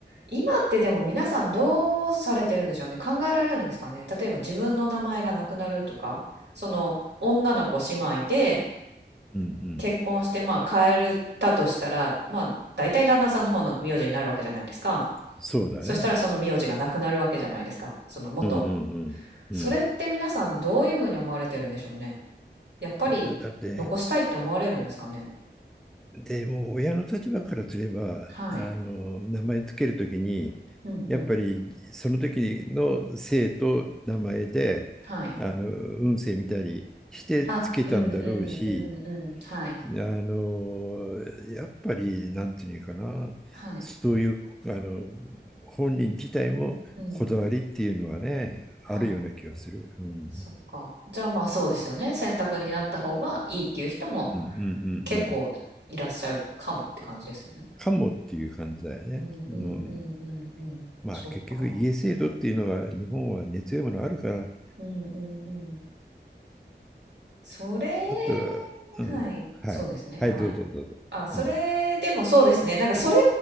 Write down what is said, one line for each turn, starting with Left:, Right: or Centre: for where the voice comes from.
Right: 今ってでも皆さんどうされてるんでしょうね。考えられるんですかね。例えば自分の名前がなくなるとか、その女の子姉妹で
Centre: うんうん。
Right: 結婚してまあ変えたとしたら、まあ大体旦那さんの方の名字になるわけじゃないですか。
Centre: そうだね。
Right: そしたらその名字がなくなるわけじゃないですか。その元。
Centre: うんうんうん。
Right: それって皆さんどういうふうに思われてるんでしょうね。
Centre: うん
Right: やっぱり残したいって思われるんですかね。
Centre: だだって、でも親の立場からすれば、
Right: はい。
Centre: あの名前つけるときに、
Right: うんうん。
Centre: やっぱりその時の姓と名前で、
Right: はい。
Centre: あの運勢見たりしてつけたんだろうし、
Right: あ、うんうんうんうん。はい。
Centre: あの、やっぱり、なんていうかな、
Right: はい。
Centre: そういう、あの、本人自体もこだわりっていうのはね、
Right: うん。はい。
Centre: あるような気がする。うん。
Right: そっか。じゃあまあそうですよね。選択になった方がいいっていう人も
Centre: うんうんうんう
Right: 結構いらっしゃるかもって感じですよね。
Centre: ん。かもっていう感じだよね。
Right: うんうんうんうんうん。
Centre: うん。まあ、
Right: そっか。
Centre: 結局、家制度っていうのは、日本は根強いものあるから、
Right: うんうんうん。それ、
Centre: だったら、うん。
Right: はい。
Centre: はい。
Right: そうですね。
Centre: はい、
Right: はい。
Centre: どうぞどうぞ。
Right: あ、それでもそうですね。
Centre: うん。
Right: なんかそれ